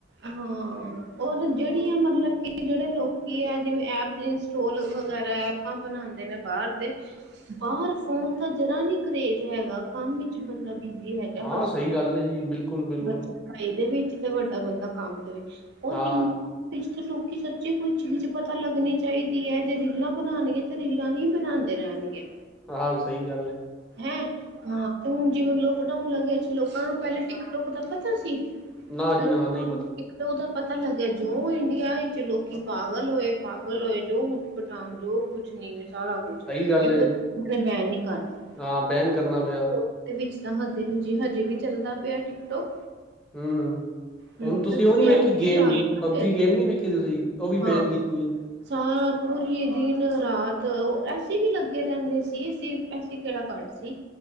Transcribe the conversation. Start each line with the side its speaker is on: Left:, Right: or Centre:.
Right: ਹਾਂ ਔਰ, ਜੇੜੀਆ, ਮਤਲਬ ਕੇ, ਜੇੜੇ ਲੋਕੀ ਹੈ, ਜਿਵੇਂ ਐਪ ਇੰਸਟੋਲ ਵਗੈਰਾ ਆਪ ਬਣਾਉਂਦੇ ਨੇ ਬਾਹਰ ਦੇ ਬਾਰ ਫੋਨ ਦਾ, ਜਰਾ ਵੀ ਕਰੇਜ਼ ਹੈਗਾ। ਕੰਮ ਵਿਚ, ਬੰਦਾ ਬਿ ਬਿਜ਼ੀ ਹੈਗਾ
Centre: ਹਾਂ
Right: ਬਸ <inaudible>
Centre: ਸਹੀ ਗੱਲ ਹੈ ਜੀ ਬਿਲਕੁਲ ਬਿਲਕੁਲ
Right: ਪੜ੍ਹਾਈ ਦੇ ਵਿੱਚ ਤੇ, ਵੱਡਾ ਬੰਦਾ ਕੰਮ ਦੇ ਵਿੱਚ <inaudible>
Centre: ਹਾਂ
Right: ਵਿੱਚ ਤਾਂ ਲੋਕੀ, ਸੱਚੀ, ਕੋਈ ਚੀਜ ਪਤਾ ਲੱਗਣੀ ਚਾਈਦੀ ਹੈ। ਜੇ ਰੀਲਾਂ ਬਣਾਣਗੇ ਤੇ ਰੀਲਾਂ ਹੀ ਬਣਾੰਦੇ ਰੈਣਗੇ।
Centre: ਹਾਂ, ਸਹੀ ਗੱਲ ਐ।
Right: ਹੈਂ, ਹਾਂ ਤੇ ਹੁਣ ਜਿਵੇਂ ਲੋਕਡਾਊਨ ਲੱਗਿਆ ਸੀ ਲੋਕਾਂ ਨੂੰ ਪੈਲੇ ਟਿਕਟੋਕ ਦਾ ਪਤਾ ਸੀ।
Centre: ਨਾ
Right: ਲੋਕੀ
Centre: ਜੀ ਨਹੀਂ
Right: ਨਾ
Centre: ਪਤਾ
Right: ਇੱਕ ਤੋ ਓਦਾ ਪਤਾ ਲੱਗਿਆ, ਜੋ ਇੰਡੀਆ ਵਿਚ ਲੋਕੀ ਪਾਗਲ ਹੋਏ ਪਾਗਲ ਹੋਏ, ਜੋ ਉ ਪਟਾਂਗ ਜੋ ਕੁਛ ਨੀ ਸਾਰਾ ਕੁਛ
Centre: ਸਹੀ ਗੱਲ ਏ
Right: <inaudible> ਬੈਨ ਨੀ ਕਰਦੀ।
Centre: ਹਾਂ, ਬੈਨ ਕਰਨਾ ਪਿਆ।
Right: ਯੂਕੇ ਵਿੱਚ ਤਾਂ ਹਜੇ ਹਂਜੀ ਹਜੇ ਵੀ ਚੱਲਦਾ ਪਿਐ ਟਿਕਟੋਕ।
Centre: ਹੂੰ, ਹੂੰ।
Right: ਹੂੰ
Centre: ਹੁਣ ਤੁਸੀਂ
Right: ਤੇ
Centre: ਓਹ ਨੀ ਵੇਖੀ
Right: ਐਥੇ
Centre: ਗੇਮ,
Right: ਹੀ ਲਾ ਲਓ ਨਾ
Centre: ਪਬਜੀ
Right: ਫਿਰ
Centre: ਗੇਮ ਨੀ ਵੇਖੀ ਤੁਸੀਂ ਓਹ ਵੀ
Right: ਹਾਂ
Centre: ਬੈਨ ਕੀਤੀ ਏ।
Right: ਸਾਰਾ ਪੂਰੀ, ਦਿਨ -ਰਾਤ ਐਸੀ ਵੀ ਲੱਗੇ ਰੈੰਦੇ ਸੀ। ਅਸੀਂ ਐਸੀ ਕੇੜਾ ਘੱਟ ਸੀ।